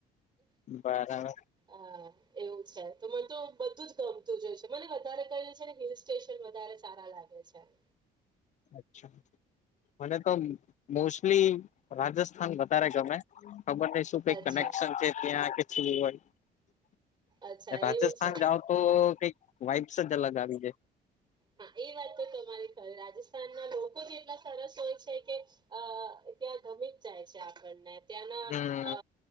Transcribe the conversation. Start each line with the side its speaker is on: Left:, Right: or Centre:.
Left: બરાબર
Right: અ એવું છે. તો મન તો બધું જ ગમતું જ હોય છે. મને વધારે કઈ છે ને હિલ સ્ટેશન વધારે સારા લાગે છે. <inaudible>
Left: અચ્છા. મને તો મોસ્ટલી રાજસ્થાન વધારે ગમે ખબર નઈ શું કઈક
Right: અચ્છા
Left: કનેક્શન છે ત્યાં કે છેવું હોય.
Right: અચ્છા
Left: રાજસ્થાન
Right: એવું છે.
Left: જાવ તો કઈક વાઈટસ જ અલગ આવી જાય.
Right: હા, એ વાત તો તમારી ખરી રાજસ્થાનના લોકો જ એટલા સરસ હોય છે કે અ ત્યાં ગમી જ જાય છે. આપડને. ત્યાંના
Left: હમ
Right: અ